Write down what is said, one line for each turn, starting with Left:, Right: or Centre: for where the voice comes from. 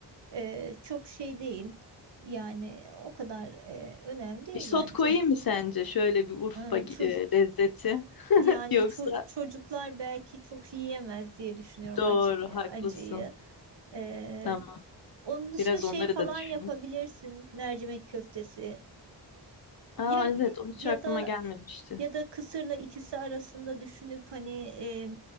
Right: Ee, çok şey değil. Yani o kadar e, önemli değil
Left: Isot
Right: bence.
Left: koyayım mı sence şöyle bir Urfa
Right: Ee, ço-
Left: e, lezzeti? <laughs>
Right: yani
Left: Yoksa
Right: ço- çocuklar belki çok yiyemez diye düşünüyorum
Left: Doğru,
Right: acı
Left: haklısın.
Right: acıyı. Ee,
Left: Tamam.
Right: onun dışında
Left: Biraz
Right: şey
Left: onları
Right: falan
Left: da düşünün.
Right: yapabilirsin. Mercimek köftesi.
Left: Aa
Right: Ya
Left: evet, o hiç
Right: ya
Left: aklıma
Right: da
Left: gelmemişti.
Right: Ya da kısırla ikisi arasında düşünüp hani e,